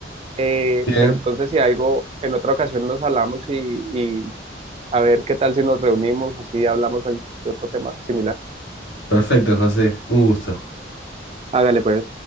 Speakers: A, on the right; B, on the left.
A: eh,
B: Bien,
A: pero entonces si algo, en otra ocasión nos hablamos y, y a ver qué tal si nos reunimos, así hablamos de otro tema similar.
B: perfecto, José. Un gusto.
A: Hágale pues.